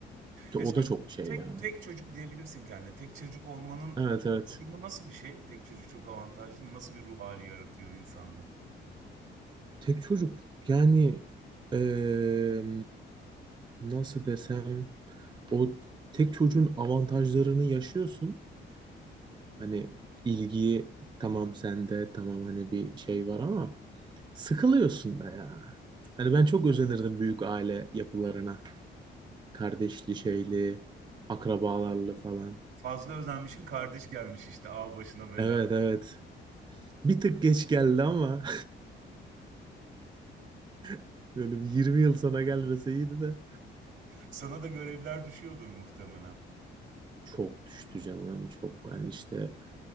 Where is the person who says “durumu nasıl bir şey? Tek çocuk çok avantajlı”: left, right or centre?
Right